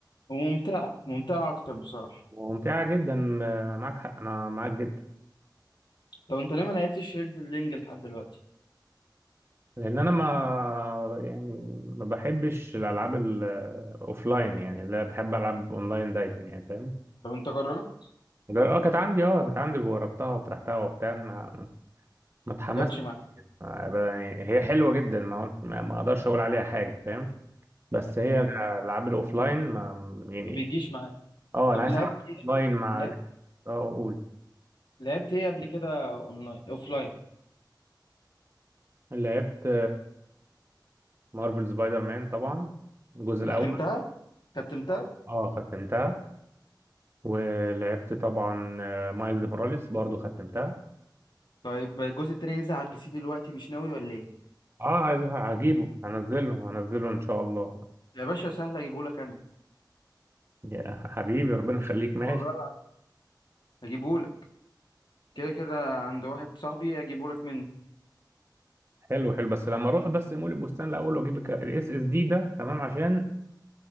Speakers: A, on the left; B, on the right.
A: وممتعة ممتعة اكتر بصراحة
B: وممتعة جدا آه، معاك حق أنا معاك جدا
A: طب انت ليه ما لعبتش هيرد لينج لحد دلوقتي
B: لأن أنا ما يعني ما بحبش الألعاب الأوفلاين يعني لا بحب ألعب أونلاين دايما يعني فاهم
A: طب انت جربت
B: جر- اه كانت عندي اه كانت عندي وجربتها وفتحتها وبتاع ما ما اتحمستش
A: ما جاتش معاك
B: ليها. آه، ب- يعني هي حلوة جدا ما قلت ما ما أقدرش أقول عليها حاجة فاهم بس هي
A: مم.
B: الألعاب الأوفلاين ما يعني
A: ما بيجيش معاك
B: اه
A: طب
B: أنا عايز
A: لعبت
B: ألعب
A: ايه
B: أونلاين مع
A: لعبت
B: ناس. اه أقول
A: لعبت ايه قبل كده اونلاين اوفلاين
B: لعبت مارفل سبايدر مان طبعا الجزء الأول
A: ختمتها ختمتها
B: اه آه، ختمتها ولعبت طبعا آه، مايلز موراليس برضو ختمتها
A: طيب الجزء التاني نزل على البي سي دلوقتي مش ناوي ولا ايه
B: اه عايز هجيبه هنزله هنزله ان شاء الله
A: يا باشا سهل اجيبهولك انا
B: يا حبيبي ربنا يخليك ماشي
A: والله هجيبهولك كده كده عند واحد صاحبي هجيبهولك منه
B: حلو حلو بس لما اروح بس مول البستان الاول واجيب الك- الاس اس دي ده تمام عشان